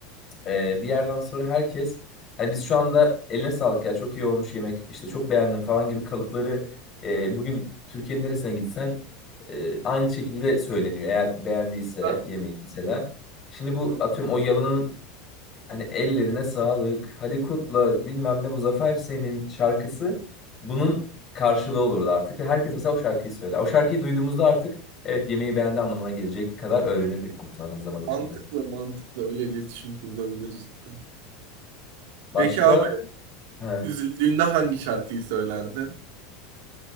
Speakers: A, on the left (about 25°); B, on the right (about 65°).
A: e, bir yerden sonra herkes hani biz şu anda eline sağlık ya çok iyi olmuş yemek işte çok beğendim falan gibi kalıpları e, bugün Türkiye'nin neresine gitsen e, aynı şekilde söyleniyor. Eğer beğendiyse
B: Ha,
A: yemeği mesela. Şimdi bu
B: evet.
A: atıyorum o yalanın Hani ellerine sağlık, hadi kutla bilmem ne bu zafer senin şarkısı bunun karşılığı olurdu artık. Ve herkes mesela o şarkıyı söyler. O şarkıyı duyduğumuzda artık evet yemeği beğendi anlamına gelecek kadar öğrenirdik muhtemelen zaman içinde.
B: Mantıklı mantıklı öyle iletişim kurulabilir cidden.
A: Başka?
B: Peki abi
A: He.
B: üzüldüğünde hangi şarkıyı söylerdin?